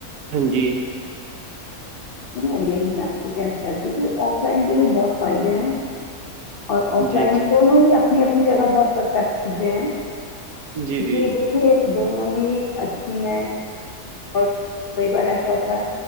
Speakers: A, on the right; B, on the left.
A: ہاں جی
B: ہ یہین کیا ن کر دی تھی آف لائن کے بھی بہت فائدے ہیں اور آف
A: جی
B: لائن
A: جی
B: دونوں ہی اپنی اپنی جگہ بہت پرفیکٹ چیزیں ہیں
A: جی جی
B: کی یہ دونوں ہی اچھی ہیں اور کئی بار ایسا ہوتا ہے